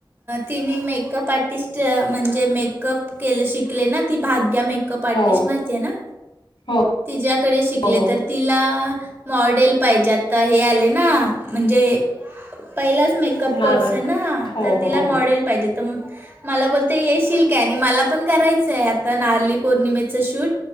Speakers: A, on the right; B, on the left.
A: तिने मेकअप आर्टिस्ट म्हणजे मेकअप केल शिकले ना ती भाग्या मेक मेकअप आर्टिस्ट
B: हो
A: माहिती ना
B: हो
A: तिजाकडे शिकले
B: हो हो
A: तर तिला मॉडेल पाहिजे आत्ता हे आले ना, म्हणजे पहिलाच मेकअप
B: नारळ
A: कोर्स आहे ना हा
B: हो
A: तर तिला
B: हो
A: मॉडेल
B: हो
A: पाहिजे तर मला बोलते येशील काय आणि मला पण करायचय आता नारली पौर्णिमेच शूट.